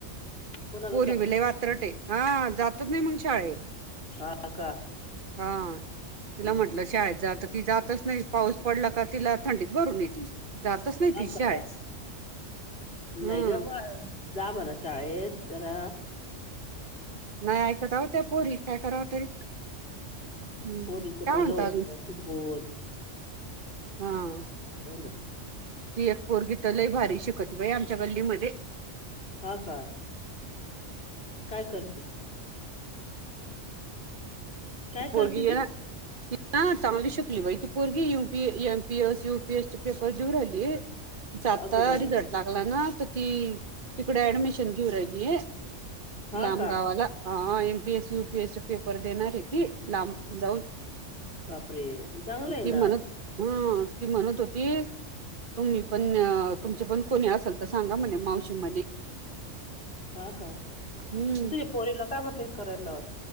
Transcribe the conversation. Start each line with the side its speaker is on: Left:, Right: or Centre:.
Left: कोणाला
Right: पोरी
Left: चाल
Right: विले वात्रटे हा जातच नाही मग शाळेत.
Left: हा का.
Right: हा तिला
Left: हम्म
Right: म्हंटलं शाळेत जात ती जातच. नाही पाऊस पडला का तिला थंडीत भरून येती. जातच नाही
Left: हा
Right: ती
Left: का
Right: शाळेत. हम्म
Left: नाही ग म जा म्हणा शाळेत जरा.
Right: नाही ऐकत आह त्या पोरी काय करावं तरी. हम्म
Left: होन तर
Right: काय
Left: भल
Right: म्हणता
Left: होत
Right: अजून
Left: फन
Right: हा
Left: हो ना.
Right: ती एक पोरगी त लय भारी शिकत बाई आमच्या गल्लीमध्ये.
Left: हा का. काय करते. काय करते
Right: पर ग
Left: ती
Right: चासश वैथपूर्ी य P M P S U P S paper देऊरायली. तिचा आत्ता
Left: अगं बाई
Right: रिझल्ट लागला ना तर ती तिकडे ऍडमिशन घेऊ राहिली आहे.
Left: हा
Right: लांब
Left: का
Right: गावाला हा एमपीएस युपीएस चे पेपर देणार आहे ती. लांब जाऊन,
Left: बापरे चांगलंय
Right: ती
Left: ना
Right: म्हणत अ.. म्हणत होती. तीस. तुम्ही पण, तुमचे पण कोणी असल तर सांगा म्हणे मावशी म्हणे,
Left: का का तुझ्या
Right: हम्म
Left: पोरीला काय होतंय करायला.